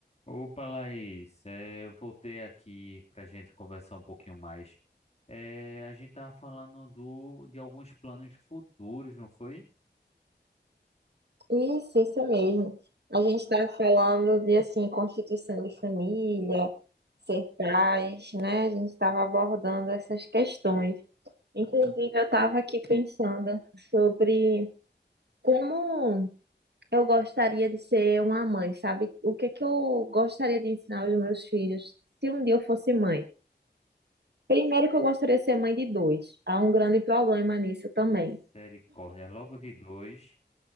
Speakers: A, on the left; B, on the right.
A: Opa, Laís, eh, eu voltei aqui para a gente conversar um pouquinho mais. Eh, a gente estava falando do, de alguns planos futuros, não foi?
B: Isso, isso mesmo. A gente está falando de assim, constituição de família, ser pais, né? A gente estava abordando essas questões. Inclusive, eu estava aqui pensando sobre como eu gostaria de ser uma mãe, sabe? O que é que eu gostaria de ensinar aos meus filhos se um dia eu fosse mãe? Primeiro que eu gostaria de ser mãe de dois. Há um grande problema nisso também,
A: Misericórdia, logo de dois.